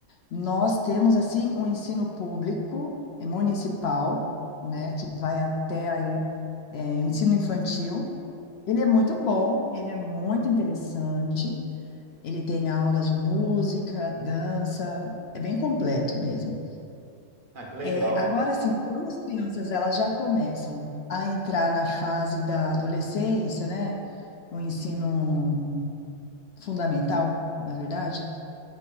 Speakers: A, on the left; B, on the right.
A: nós temos assim um ensino público é, municipal, né, que vai até aí é, ensino infantil. Ele é muito bom, ele é muito interessante, ele tem aulas de música, dança, é bem completo mesmo.
B: Ah, que legal.
A: É, agora, assim, quando as crianças elas já começam a entrar na fase da adolescência, né? O ensino fundamental, na verdade,